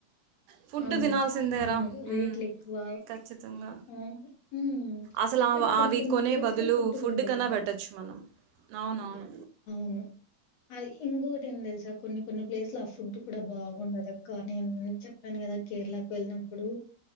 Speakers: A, on the right; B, on the left.
A: ఫుడ్
B: అవును.
A: తినాల్సిందేరా
B: అవును.
A: హమ్
B: రేట్లెక్కువ.
A: ఖచ్చితంగా
B: హ్మ్. హ్మ్.
A: అసలు అవి
B: కానీ కొన్ని
A: అవి
B: కొన్ని
A: కొనే
B: ప్లేస్‌లో
A: బదులు ఫుడ్
B: గూడా బావుంటది.
A: కన్నా పెట్టొచ్చు మనం అవునవును
B: హ్ అది ఇంకొకటి ఏం తెలుసా కొన్ని కొన్ని ప్లేసులు ఆ ఫుడ్ కూడా బాగుండదు. అక్క నేను చేప్ ప్పాను కదా కేరళకు వెళ్ళినప్పుడు